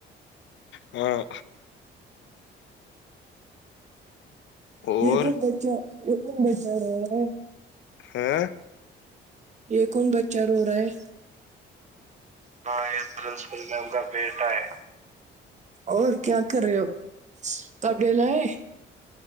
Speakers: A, on the left; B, on the right.
A: ہاں اور
B: گ بچچا یہن بیچ رہ ہے
A: ہاں
B: یہ کون بچہ رو رہا ہے ہاں یہ پرنسپل میم کا بیٹا ہے اور کیا کر رہے ہو کپ ڈے لیں